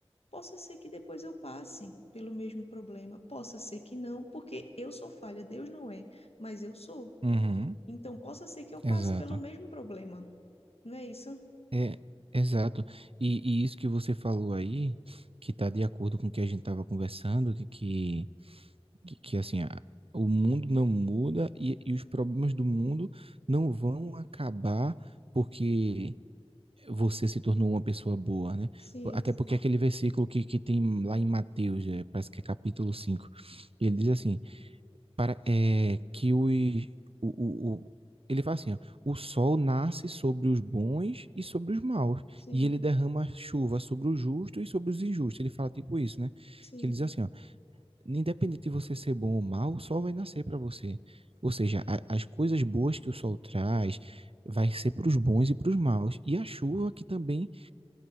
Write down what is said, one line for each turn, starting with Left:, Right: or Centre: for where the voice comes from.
Left: possa ser que depois eu passe pelo mesmo problema, possa ser que não, porque eu sou falha, Deus não é, mas eu sou.
Right: uhum.
Left: Então, possa ser que eu passe
Right: Exato.
Left: pelo mesmo problema, não é isso?
Right: É, exato. E, e isso que você falou aí, que está de acordo com o que a gente estava conversando, que, que que, que, assim, a- o mundo não muda e, e os problemas do mundo não vão acabar porque você se tornou uma pessoa boa, né?
Left: Sim,
Right: Po- Até
Left: sim,
Right: porque aquele versículo que, que tem lá em Mateus, eh, parece que é capítulo 5 ele diz assim, para, é, que os, o, o, o- ele fala assim, ó, o sol nasce sobre os bons e sobre os maus,
Left: sim,
Right: e ele derrama chuva sobre os justos e sobre os injustos. Ele fala tipo isso, né?
Left: sim,
Right: Que ele diz assim, ó, independente de você ser bom ou mal, o sol vai nascer para você. Ou seja, a- as coisas boas que o sol traz vai ser para os bons e para os maus. E a chuva, que também